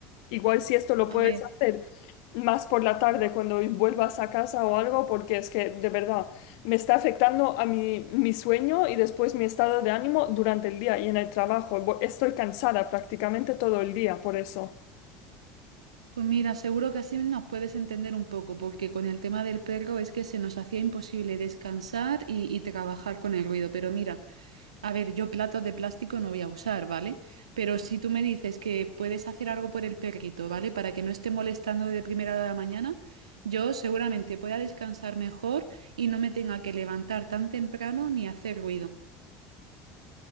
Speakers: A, on the left; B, on the right.
A: Igual si esto lo puedes
B: A ver,
A: hacer más por la tarde cuando vuelvas a casa o algo, porque es que de verdad me está afectando a mi, mi sueño y después mi estado de ánimo durante el día y en el trabajo. Bo- Estoy cansada prácticamente todo el día por eso.
B: pues mira, seguro que así nos puedes entender un poco, porque con el tema del perro es que se nos hacía imposible descansar y, y trabajar con el ruido. Pero mira, a ver, yo platos de plástico no voy a usar, ¿vale? Pero si tú me dices que puedes hacer algo por el perrito, ¿vale? Para que no esté molestando de primera hora de la mañana, yo seguramente pueda descansar mejor y no me tenga que levantar tan temprano ni hacer ruido.